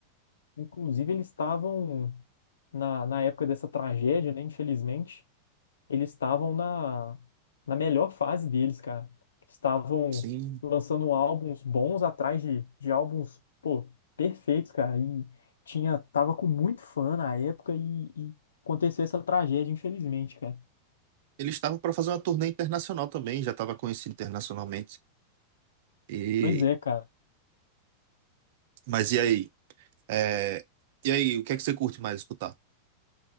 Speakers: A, on the left; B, on the right.
A: Inclusive, eles estavam, na, na época dessa tragédia, né? Infelizmente, eles estavam na, na melhor fase deles, cara. Estavam
B: Sim.
A: lançando álbuns bons atrás de, de álbuns, pô, perfeitos, cara. E tinha, tava com muito fã na época e, e aconteceu essa tragédia, infelizmente, cara.
B: Eles estavam pra fazer uma turnê internacional também, já tava conhecido internacionalmente. E,
A: Pois é, cara.
B: mas e aí? É, e aí, o que é que você curte mais escutar?